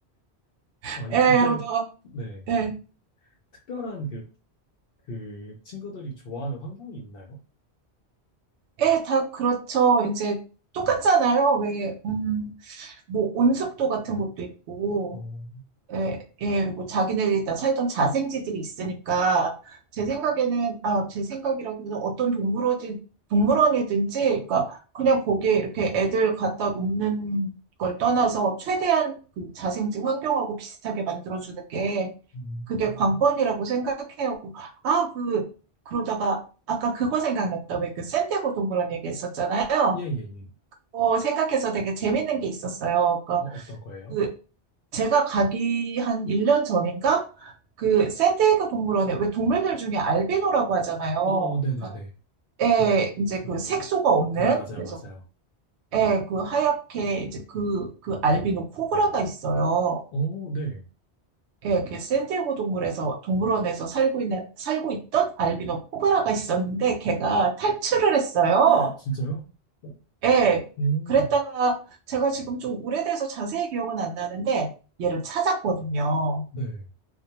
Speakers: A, on the right; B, on the left.
A: <laughs>
B: 아, 이-
A: 에
B: 이게,
A: 이러다가
B: 네.
A: 에,
B: 특별한 그, 그 친구들이 좋아하는 환경이 있나요?
A: 에, 다 그렇죠. 이제 똑같잖아요. 왜, 음, 뭐 온습도 같은 것도 있고
B: 어,
A: 예, 예, 그리고 자기네들이 다 살던 자생지들이 있으니까, 제 생각에는, 아, 제 생각이라기보다 어떤 동물원이, 동물원이든지, 그러니까 그냥 거기에 이렇게 애들 갖다 놓는 걸 떠나서 최대한 그 자생지 환경하고 비슷하게 만들어주는 게,
B: 음.
A: 그게 관건이라고 생각해요. 그- 아, 그, 그러다가, 아까 그거 생각났다. 왜 그 샌디에고 동물원 얘기했었잖아요.
B: 예, 예, 예.
A: 어, 생각해서 되게 재밌는 게 있었어요. 그러니까
B: 어, 어떤 거예요?
A: 그 제가 가기 한 1년 전인가? 그 샌디에이고 동물원에 왜 동물들 중에 알비노라고 하잖아요.
B: 어, 네네네.
A: 그러니까 예,
B: 야,
A: 이제
B: 그,
A: 그 색소가 없는
B: 네, 맞아요,
A: 그래서
B: 맞아요.
A: 애 그 하얗게 이제 그 그 알비노 코브라가 있어요.
B: 어, 네.
A: 예, 그 샌디에이고 동물에서 동물원에서 살고 있는 살고 있던 알비노 코브라가 있었는데 걔가 탈출을 했어요.
B: <laughs> 진짜요? 어,
A: 예.
B: 오,
A: 그랬다가 제가 지금 좀 오래돼서 자세히 기억은 안 나는데 얘를 찾았거든요.
B: 네,